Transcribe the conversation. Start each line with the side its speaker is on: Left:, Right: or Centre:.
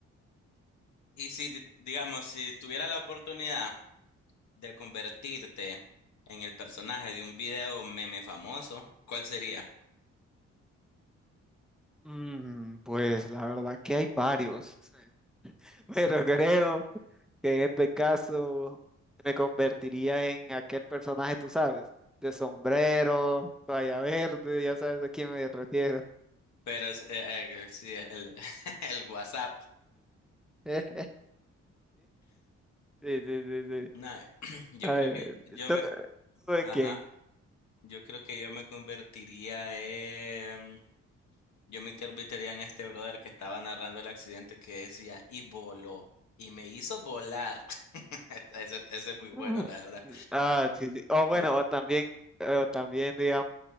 Left: y si, di- digamos, si tuviera la oportunidad de convertirte en el personaje de un video meme famoso, ¿cuál sería?
Centre: Mm, pues la verdad que hay varios, <laughs> pero creo. que en este caso me convertiría en aquel personaje, tú sabes, de sombrero, toalla verde, ya sabes a quién me refiero.
Left: Pero es, eh, eh, sí, el, <laughs> el WhatsApp.
Centre: <laughs> Sí, sí, sí, sí.
Left: Nah, <clears throat> yo
Centre: A
Left: creo
Centre: ver,
Left: que yo
Centre: ¿tú,
Left: me,
Centre: tú en
Left: ajá,
Centre: quién?
Left: yo creo que yo me convertiría en, yo me convertiría en este brother que estaba narrando el accidente que decía, y voló, y me hizo volar. <laughs> Ese, ese es muy
Centre: Mm.
Left: bueno, la verdad.
Centre: Ah, sí, sí. O bueno,
Left: Sí.
Centre: o también, o también, digamos,